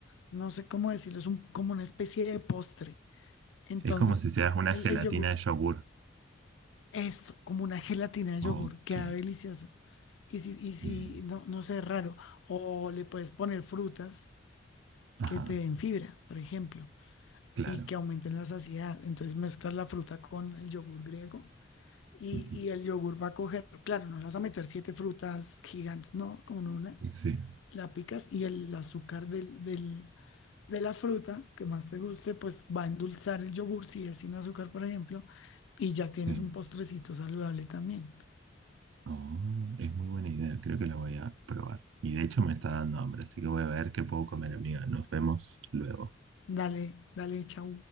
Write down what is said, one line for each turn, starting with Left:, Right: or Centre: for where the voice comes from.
Left: no sé cómo decirlo, es un, como una especie de postre. Entonces,
Right: Es como si seas una
Left: el,
Right: gelatina
Left: el yogur.
Right: de yogur.
Left: Esto, como una gelatina de
Right: Ok.
Left: yogur, queda delicioso. Y si, y si
Right: Mm,
Left: no, no sé, raro. O le puedes poner frutas
Right: Ajá,
Left: que te den fibra, por ejemplo,
Right: claro.
Left: y que aumenten la saciedad. Entonces mezclas la fruta con el yogur griego y,
Right: Ujú.
Left: y el yogur va a coger, claro, no le vas a meter siete frutas gigantes, no, con una,
Right: Sí,
Left: la picas y el azúcar del, del- de la fruta que más te guste, pues va a endulzar el yogur si es sin azúcar, por ejemplo, y ya tienes
Right: sí.
Left: un postrecito saludable también.
Right: Oh, es muy buena idea, creo que la voy a probar. Y de hecho me está dando hambre, así que voy a ver qué puedo comer, amiga. Nos vemos luego.
Left: Dale, dale, chau.